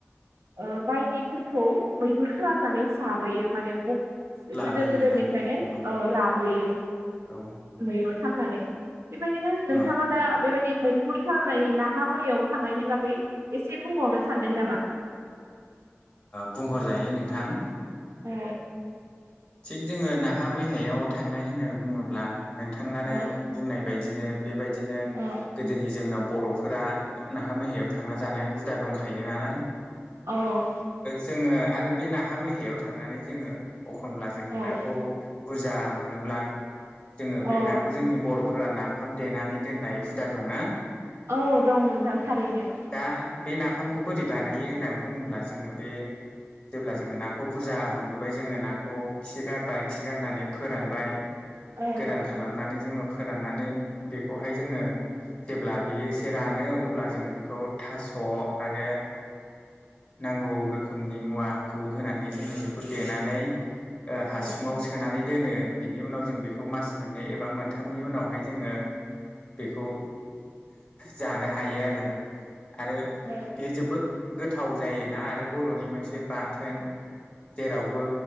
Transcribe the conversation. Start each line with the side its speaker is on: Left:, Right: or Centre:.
Right: ओ बायदिफोरखौ मैहुर खालामनानै जाबोयो माने। गोदेर
Left: लाबोयो
Right: गोदेरनिफ्रायनो
Left: लाबोयो नोंथां
Right: औ लाबोयो
Left: औ
Right: मैगुर खांनानै बेबायदिनो नोंथाङा
Left: औ ओ
Right: दा बेबायदि मैफुर खालामनाय नाहा मैहायाव थांनायनि बागै एसे। बुंबावनो सानदों नामा?
Left: बुंहरजायो नोंथां।
Right: औ
Left: थिग जोङो नाहा मैहायाव थांनाय होनना बुङोब्ला। नोंथाङानो
Right: औ
Left: बुंनाय बायदि बिदिनो बेबायदिनो
Right: औ
Left: गोदोनि जोंनाव बर'फोरा नाहा मैहायाव थांना जानाय हुदा दं थाखायो नालाय
Right: औ
Left: जोङो आरो बे नाहा मैहायाव थांनानै जोङो अखा एखनब्ला जोङो
Right: औ
Left: नाखौ बुरजा मोनोब्ला जोङो बे
Right: औ
Left: नाखौ जोंनि बर'फोरा ना ओम देनानै दोननाय हुदा दंना
Right: औ दं नोंथां
Left: औ
Right: थारैनो
Left: दा बे नाफामखौ बोरै बानायो होननानै बुङोब्ला जोङो बे जेब्ला जोङो नाखौ बुरजा मोनबोबाय जोङो नाखौ खौ खि गारबाय खि गारनानै फोरानबाय
Right: औ
Left: गोदान खालामनानै जोङो फोराननानै बेखौहाय जोङो जेब्ला बेयो एसे रानो अब्ला जोङो बेखौ थास' आरो नांगौ रोखोमनि मुवाखौ होनानै जोङो बेखौ देनानै हासुङाव
Right: औ
Left: सोनानै दोनो बिनि उनाव जों बेखौ मास मोननै एबा मोनथामनि उनावहाय जोङो बेखौ जानो हायो आरोना आरो
Right: औ
Left: बेयो जोबोद गोथाव जायोना आरो बर'नि मोनसे बाथोन जेरावबो